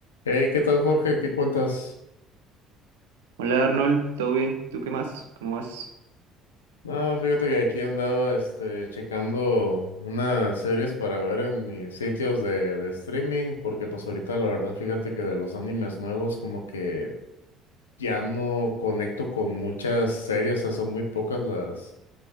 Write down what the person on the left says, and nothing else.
Hey, ¿qué tal, Jorge? ¿Qué cuentas?
Ah, fíjate que aquí andaba, este, checando unas series para ver en mis sitios de, de streaming, porque pues ahorita la verdad, fíjate que de los animes nuevos como que ya no conecto con muchas series, o sea, son muy pocas las,